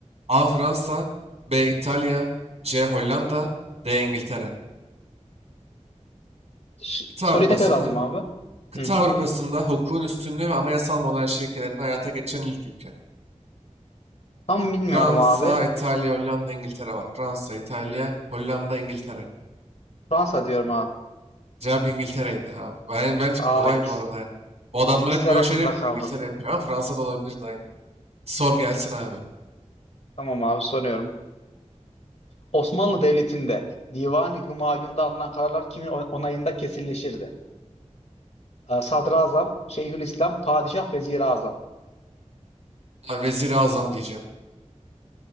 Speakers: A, on the right; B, on the left.
A: A. Fransa, B. İtalya, C. Hollanda, D. İngiltere.
B: Ş-
A: Kıta
B: soruyu
A: Avrupa'sında,
B: tekrar alayım abi
A: kıta
B: hı hı.
A: Avrupa'sında hukukun üstünlüğü ve anayasal monarşi ilkelerini hayata geçiren ilk ülke.
B: tam bilmiyorum
A: Fransa,
B: abi
A: İtalya, Hollanda, İngiltere var. Fransa, İtalya, Hollanda, İngiltere.
B: Fransa diyorum abi
A: Cevap İngiltere'ydi abi. Ben, bence kolay
B: aa ikisi,
A: bu arada. O adamlar
B: ikisi
A: hep böyle
B: arasında
A: şeyler
B: kaldım
A: İngiltere yapıyor ama Fransa da olabilirdi aynı. Sor gelsin abi.
B: tamam abi soruyorum Osmanlı Devleti'nde Divani Hümayun'da alınan kararlar kimin onayında kesinleşirdi? Ee, Sadrazam, Şeyhülislam, Padişah, Vezirazam.
A: Ha, Vezir-i Azam diyeceğim.